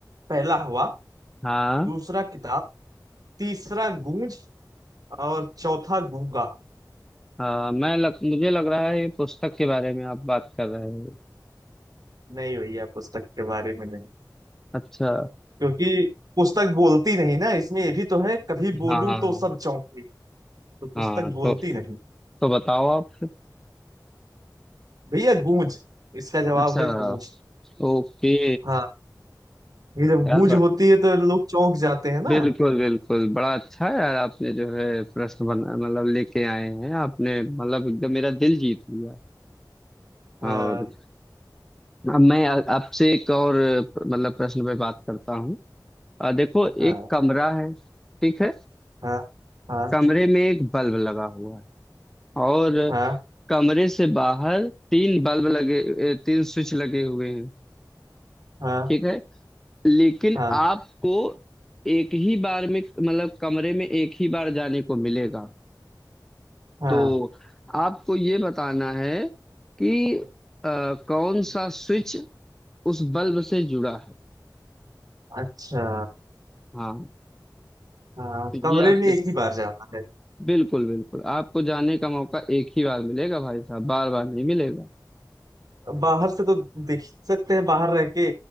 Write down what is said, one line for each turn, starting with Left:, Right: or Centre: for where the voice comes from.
Right: पहला हवा
Centre: हाँ
Right: दूसरा किताब तीसरा गूंज और चौथा गूंगा
Centre: हाँ मैं लग, मुझे लग रहा है ये पुस्तक के बारे में आप बात कर रहे हैं
Right: नहीं भैया पुस्तक के बारे में नहीं
Centre: अच्छा
Right: क्योंकि पुस्तक बोलती नहीं ना इसमें ये भी तो है कभी बोलूं
Centre: हाँ
Right: तो सब चौंके तो पुस्तक
Centre: हाँ
Right: बोलती
Centre: तो
Right: नहीं
Centre: तो बताओ आप
Right: भैया गूंज इसका जवाब
Centre: अच्छा
Right: है गूंज
Centre: ओके
Right: हाँ ये जब
Centre: यार
Right: गूंज
Centre: ब-
Right: होती है तो लोग चौंक जाते हैं ना
Centre: बिल्कुल बिल्कुल बड़ा अच्छा यार आपने जो है प्रश्न बना मतलब लेके आए हैं आपने मतलब एकदम मेरा दिल जीत लिया और
Right: हाँ
Centre: अब मैं आ- आपसे एक और अ, मतलब प्रश्न पे बात करता हूँ अ, देखो एक
Right: हाँ
Centre: कमरा है ठीक है
Right: हाँ हाँ
Centre: कमरे में एक बल्ब लगा हुआ है और
Right: हाँ
Centre: कमरे से बाहर तीन बल्ब लगे अ, तीन स्विच लगे हुए हैं
Right: हाँ
Centre: ठीक है लेकिन
Right: हाँ
Centre: आपको एक ही बार में मतलब कमरे में एक ही बार जाने को मिलेगा
Right: हाँ
Centre: तो आपको ये बताना है कि अ, कौन सा स्विच उस बल्ब से जुड़ा है
Right: अच्छा
Centre: हाँ
Right: हाँ
Centre: तो
Right: कमरे
Centre: ये आपके
Right: में एक ही बार जाना है
Centre: बिल्कुल बिल्कुल आपको जाने का मौका एक ही बार मिलेगा भाई साहब बार बार नहीं मिलेगा
Right: बाहर से तो देख सकते हैं बाहर रह के